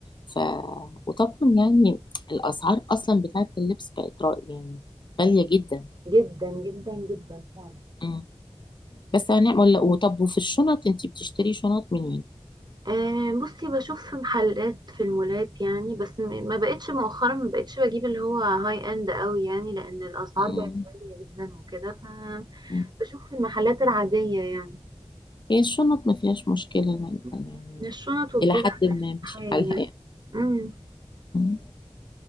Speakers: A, on the left; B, on the right.
A: ف وطبعا يعني الاسعار اصلا بتاعت اللبس بقت رأي يعني غالية جدا
B: جدا جدا جدا فعلا
A: مم. بس هنعمل وطب وفي الشنط انت بتشتري شنط منين؟
B: آه بصي بشوف محلات في المولات يعني بس م- ما بقتش مؤخرا ما بقتش بجيب اللي هو هاي اند قوي يعني لان الاسعار
A: مم.
B: بقت غالية جدا وكده
A: مم.
B: فبشوف في المحلات العادية يعني
A: هي الشنط ما فيهاش مشكلة يعني
B: مم.
A: يعني
B: الشنط والجزم
A: الى حد
B: مش
A: ما ماشي
B: حال
A: حالها
B: يعني
A: يعني
B: مم.
A: مم.